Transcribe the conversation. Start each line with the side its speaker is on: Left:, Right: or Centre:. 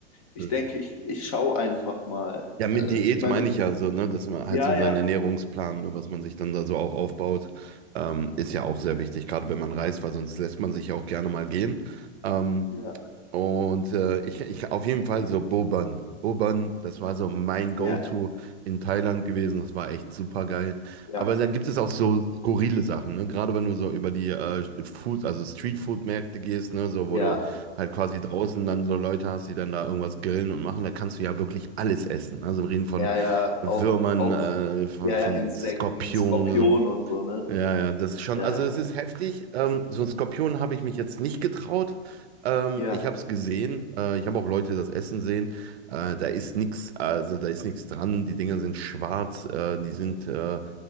Left: Ich
Right: Mhm.
Left: denke, ich, ich schaue einfach mal.
Right: Ja,
Left: Äh,
Right: mit Diät
Left: ich meine,
Right: meine ich ja so, ne, dass man halt
Left: ja,
Right: so seinen
Left: ja,
Right: Ernährungsplan, ne, was man sich dann da so auch aufbaut, ähm, ist ja auch sehr
Left: ja,
Right: wichtig, gerade wenn man reist, weil sonst lässt man sich ja auch gerne mal gehen. Ähm,
Left: ja,
Right: und äh, ich, ich auf jeden Fall so Boban. Boban, das war so mein Go-To
Left: ja,
Right: in Thailand gewesen. Das war echt super geil.
Left: ja,
Right: Aber da gibt es auch so skurrile Sachen, ne? Gerade wenn du so über die äh, Food, also Streetfood-Märkte gehst, ne? So, wo
Left: ja,
Right: du halt quasi draußen dann so Leute hast, die dann da irgendwas grillen und machen, da kannst du ja wirklich alles essen. Also wir reden von
Left: ja, ja,
Right: Würmern,
Left: auch, auch,
Right: äh, von,
Left: ja,
Right: von
Left: ja, Insekten,
Right: Skorpionen.
Left: Skorpion und so, ne?
Right: Ja, ja, das ist schon,
Left: Ja,
Right: also es
Left: ja,
Right: ist heftig. Ähm, so ein Skorpion habe ich mich jetzt nicht getraut. Ähm,
Left: ja,
Right: ich habe es gesehen. Äh, ich habe auch Leute das Essen sehen. Äh, da ist nichts, also da ist nichts dran. Die Dinger sind schwarz. Äh, die sind, äh,